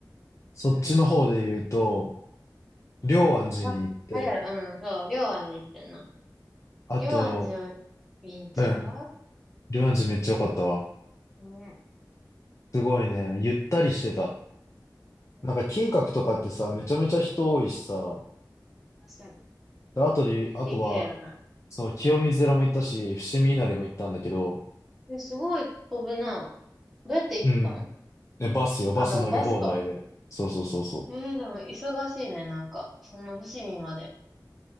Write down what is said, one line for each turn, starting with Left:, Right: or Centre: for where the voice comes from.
Left: そっちの方で言うと、
Centre: うん。
Left: 龍安寺に行って、
Centre: あ、あれやろ。うん、そう。龍安寺行ってんな。
Left: あと、
Centre: 龍安寺を、ビンチャー
Left: うん、龍安寺めっちゃ良かったわ。
Centre: ね
Left: すごいね、ゆったりしてた。
Centre: え。
Left: なんか金閣とかってさ、
Centre: うん、
Left: めちゃめちゃ人多いしさ、
Centre: 確かに。
Left: で、あとで、あとは、
Centre: ギリギリやらな
Left: その清水寺も行ったし、伏見稲荷も行ったんだけど、
Centre: い。え、すごい飛ぶな。どうやって行ったん
Left: うん。え、バスよ、バス乗り放題で。
Centre: あ、だからバスか。
Left: そうそうそうそ
Centre: えー、でも忙しいね、なんか。そんな伏見まで。